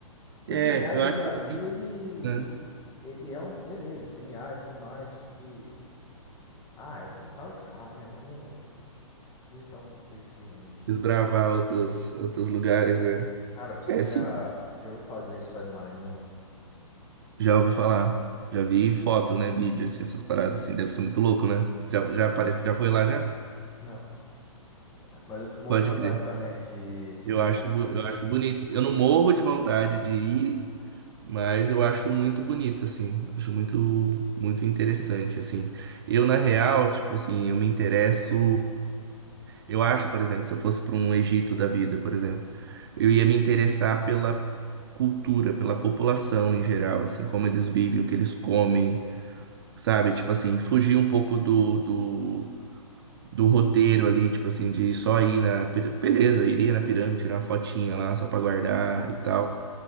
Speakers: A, on the left; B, on the right.
A: Porque
B: É,
A: o semiárido
B: eu acho
A: do Brasil,
B: que
A: ele,
B: né,
A: ele é um, beleza, semiárido e tudo mais, só que Ah, é o quintal de casa, né? Vamos visitar alguma coisa diferente.
B: desbravar outros, outros lugares, é.
A: Cara, você
B: É,
A: já,
B: sim.
A: você já ouviu falar de Lençóis Maranhenses?
B: Já ouvi falar. Já vi foto, né? Vídeo, assim, essas paradas, assim. Deve ser muito louco, né? Já, já aparece, já foi lá, já?
A: Não. Mas eu morro
B: Pode
A: de vontade
B: crer.
A: também de, de
B: Eu
A: conhecer
B: acho, bo- eu acho bonito. Eu não morro de vontade de ir, mas eu acho muito bonito, assim. Acho muito, muito interessante, assim. Eu, na real, tipo assim, eu me interesso. Eu acho, por exemplo, se eu fosse para um Egito da vida, por exemplo, eu ia me interessar pela cultura, pela população em geral, assim, como eles vivem, o que eles comem, sabe? Tipo assim, fugir um pouco do, do, do roteiro ali, tipo assim, de só ir na. pir- Beleza, iria na pirâmide, tirar uma fotinha lá só para guardar
A: Uhum,
B: e tal.